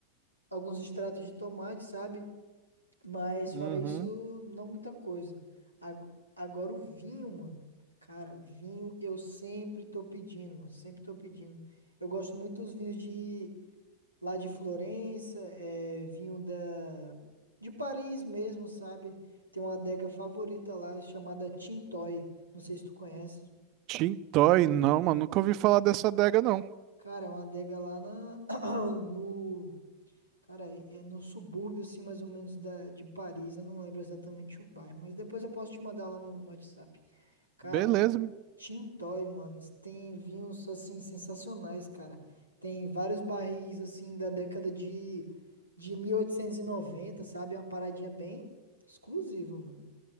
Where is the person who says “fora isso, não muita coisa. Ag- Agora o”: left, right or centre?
Left